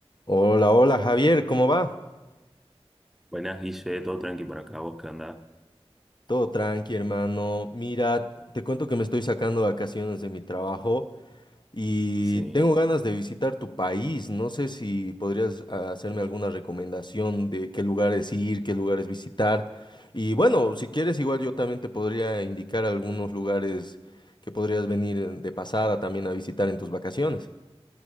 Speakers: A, on the left; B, in the centre.
A: Hola, hola Javier, ¿cómo va?
B: Buenas, Guille, todo tranqui por acá, ¿vos qué andás?
A: Todo tranqui, hermano. Mira, te cuento que me estoy sacando vacaciones de mi trabajo y
B: Sí,
A: tengo ganas de visitar tu país. No sé si podrías ah, hacerme alguna recomendación de qué lugares ir, qué lugares visitar. Y bueno, si quieres, igual yo también te podría indicar algunos lugares que podrías venir eh, de pasada también a visitar en tus vacaciones.